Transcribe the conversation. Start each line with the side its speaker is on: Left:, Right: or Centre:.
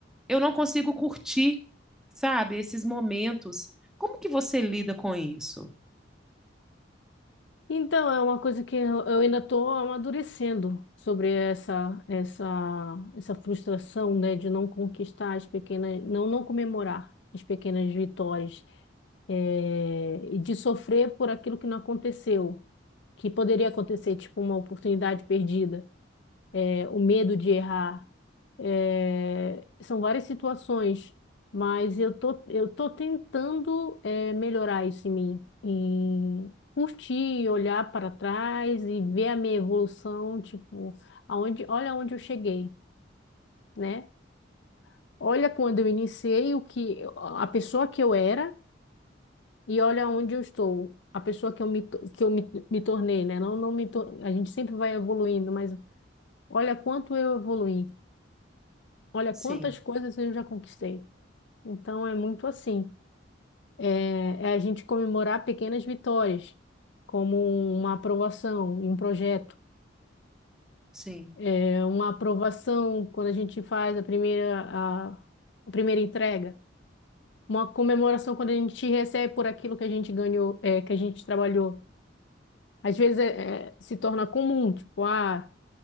Centre: eu não consigo curtir, sabe, esses momentos. Como que você lida com isso?
Left: Então, é uma coisa que eu eu ainda estou amadurecendo sobre essa essa essa frustração, né, de não conquistar as pequenas, não não comemorar as pequenas vitórias, eh, e de sofrer por aquilo que não aconteceu, que poderia acontecer, tipo uma oportunidade perdida o medo de errar. É, são várias situações, mas eu tô, eu tô tentando é, melhorar isso em mim, em curtir, olhar para trás e ver a minha evolução, tipo, aonde, olha onde eu cheguei, né? Olha quando eu iniciei o que a pessoa que eu era e olha onde eu estou, a pessoa que eu me, to- que eu me, me tornei, né? Não, não me, tor- a gente sempre vai evoluindo, mas olha quanto eu evoluí. Olha
Centre: Sim,
Left: quantas coisas eu já conquistei. Então é muito assim. É, é a gente comemorar pequenas vitórias, como uma aprovação em um projeto.
Centre: sim,
Left: É uma aprovação quando a gente faz a primeira, a, a primeira entrega. Uma comemoração quando a gente recebe por aquilo que a gente ganhou, é, que a gente trabalhou. Às vezes é- é- se torna comum, tipo, ah.